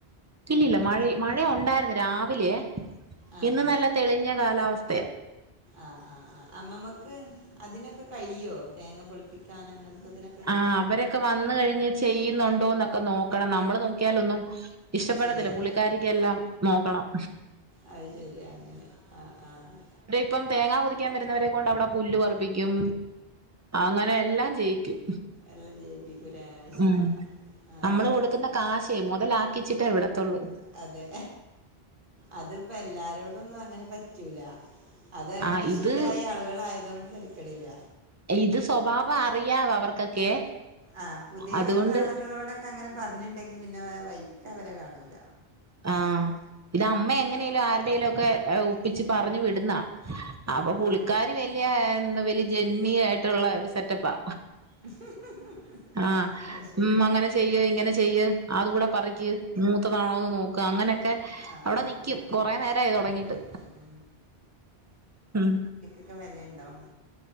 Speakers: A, on the right; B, on the right.
A: ഇല്ലില്ല മഴ മഴയൊണ്ടായിരുന്ന് രാവിലെ
B: ആഹ്
A: ഇന്ന് നല്ല തെളിഞ്ഞ കാലാവസ്ഥയ
B: ആഹ് ആഹ് ആ് അമ്മമ്മക്ക് ആ ആ ആ ആ ആ അമ്മ്മക് അതിനൊക്കെ കഴിയോ തേങ്ങ പൊളിപ്പിക്കാൻ അങ്ങനത്തെതിനൊക്കെ
A: ആഹ് അവരൊക്കെ വന്ന് കഴിഞ്ഞ് ചെയ്യുന്നുണ്ടോ എന്നൊക്കെ നോക്കണം നമ്മള് നോക്കിയാലൊന്നും ഇഷ്ടപ്പെടത്തില്ല
B: ശരിയാവില്ല
A: പുള്ളിക്കാരിക്കെല്ലാം നോക്കണം
B: അത് ശരി അങ്ങനെ ആഹ് ആഹ്
A: ഇപ്പം തേങ്ങ പൊതിക്കാൻ വരുന്നവരെ കൊണ്ട് അവിടെ പുല്ല് പറുപ്പിക്കും അങ്ങനെ എല്ലാം ചെയ്യിക്കും
B: എല്ലാം ജയിപ്പിക്കൂലേ അത് ശരി
A: ആഹ്
B: ആ
A: അമ്മള്
B: ആ
A: കൊടുക്കുന്ന കാശേ മൊതലാക്കിച്ചിട്ടെ വിടത്തൊള്ളൂ
B: അതെ അത്പ്പെ എല്ലാരോടൊന്നും അങ്ങനെ പറ്റൂല അത് അങ്ങനെ
A: ആ
B: ശീലായ
A: ഇത്
B: ആളുകളായതോണ്ട് തെരക്കടില്ല
A: ഇത് സ്വഭാവം അറിയാവോ അവർക്കൊക്കെ
B: ആഹ് പുതിയേ
A: അതുകൊണ്ട്
B: വന്ന ആളുകളോടൊക്കെ അങ്ങനെ പറഞ്ഞുണ്ടെങ്കി പിന്നെ ആ വൈക്കവരെ കാണൂല
A: ആഹ് ഇതമ്മ എങ്ങനേലും ആരുടേലൊക്കെ ഒപ്പിച്ച് പറഞ്ഞു വിടുന്നാ അപ്പൊ പുളിക്കാരി
B: ആ ആ
A: വല്യേ എന്ത വലിയ ജന്മിയായിട്ടുള്ള ഒരു സെറ്റപ്പാ
B: <unintelligible>
A: ആഹ്
B: അത് ശരി
A: ഉം അങ്ങനെ ചെയ്യ് ഇങ്ങനെ ചെയ്യ് അതു കൂടെ പറിക്ക് ത്തതാണോന്ന് നോക്ക അങ്ങനെ ക്കെ
B: ആഹ്
A: അവിടെ
B: ആഹ്
A: നിക്കും
B: ആഹ് ആഹ്
A: കൊറേ നേരായി തുടങ്ങിട്ട്
B: ഉം ഉം ഉം
A: ഉം
B: ക്കെ വെലയുണ്ടോ